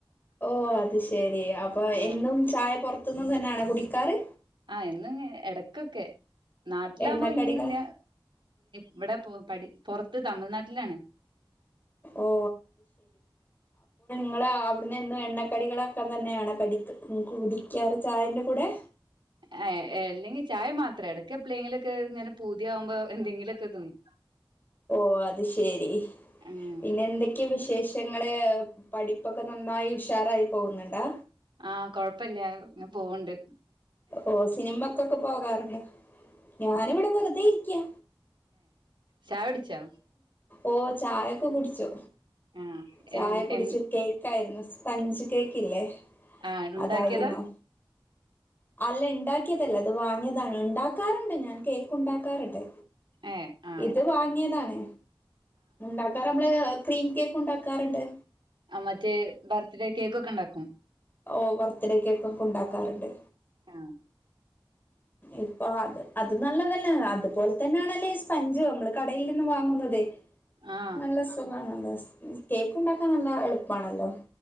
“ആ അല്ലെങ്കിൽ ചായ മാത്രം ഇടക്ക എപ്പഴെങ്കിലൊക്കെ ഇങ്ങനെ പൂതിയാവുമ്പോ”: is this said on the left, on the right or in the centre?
Right